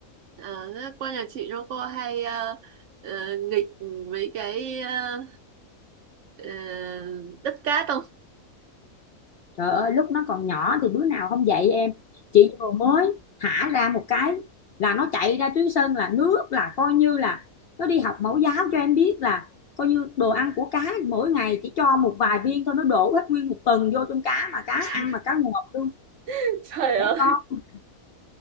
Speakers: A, on the right; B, on the left.
A: À, cô nhà chị nó cô hay ờ, ờ, nghịch mấy cái ờ, ờ, đất cát không?
B: Trời ơi lúc nó còn nhỏ thì đứa nào không dạy em Chị vừa mới thả ra một cái Là nó chạy ra Túy Sơn là nước là coi như là Nó đi học mẫu giáo cho em biết là Coi như đồ ăn của cá mỗi ngày chỉ cho một vài viên thôi Nó đổ hết nguyên một tuần vô trong cá Mà cá
A: <laughs>
B: ăn mà cá ngọt luôn
A: Trời trời ơi.
B: Trẻ con